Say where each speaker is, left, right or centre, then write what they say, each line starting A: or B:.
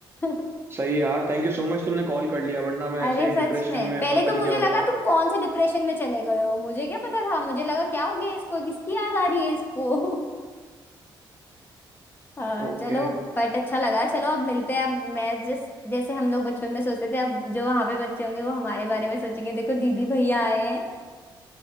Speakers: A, on the left; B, on the right.
A: <laughs>
B: सही है यार थैंक यू सो मच तुमने कॉल कर लिया वरना मैं
A: अरे
B: ऐसे ही
A: सच
B: डिप्रेशन
A: में
B: में
A: पहले
B: पता
A: तो
B: नहीं
A: मुझे
B: क्या होता
A: लगा तुम कौन से डिप्रेशन में चले गए हो मुझे क्या पता था मुझे लगा क्या हो गया इसको किसकी याद आ रही है इसको <laughs> हाँ
B: ओके
A: चलो बट अच्छा लगा चलो अब मिलते हैं अब मैं जिस जैसे हम लोग बचपन में सोचते थे अब जो वहां पे बच्चे होंगे वो हमारे बारे में सोचेंगे देखो दीदी भैया आए हैं